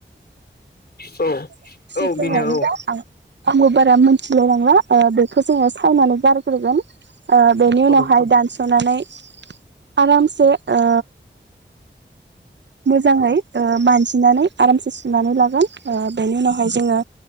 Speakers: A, on the left (about 55°); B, on the right (about 65°).
A: औ
B: <unintelligible>
A: बेनो औ औ
B: आंबो बारा मिथिलाय लांला ओ बेखौ जोङो सायनानै गारग्रोगोन ओ बेनि उनावहाय
A: औ
B: दानस'नानै आरामसे ओ मोजाङै ओ मानजिनानै आरामसे सुनानै ला गोन ओ बेनि उनावहाय जोङो